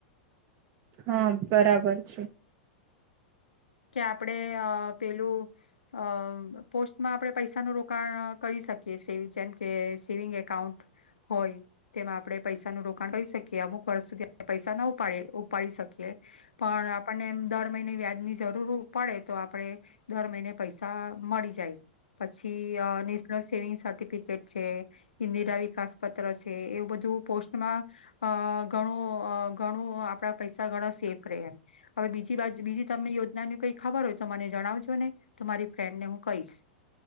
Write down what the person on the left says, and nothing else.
કે આપણે પેલું પોસ્ટમાં આપણે પૈસાનું રોકાણ કરી શકીએ સે જેમ કે સેવિંગ એકાઉન્ટ હોય તેમાં આપણે પૈસાનું રોકાણ કરી શકીએ અમુક વર્ષ સુધી આપણે પૈસા ના ઉપડી ઉપાડી શકીએ પણ આપણને દર મહિને વ્યાજ ની જરૂર પડે તો આપે દર મહિને પૈસા મળી જાય પછી, નેશનલ સેવિંગ સર્ટિફિકેટ છે ઈન્દિરા વિકાસ પત્ર છે, એવું બધું પોસ્ટમાં ગણું ઘણું આપણા પૈસા ગણા સેફ ર એમ હવે બી બાજ બ તમને યોજનાની કઈ ખબર હોય તો મને જણાવજો ને તો મારી ફ્રેન્ડને હું કહીશ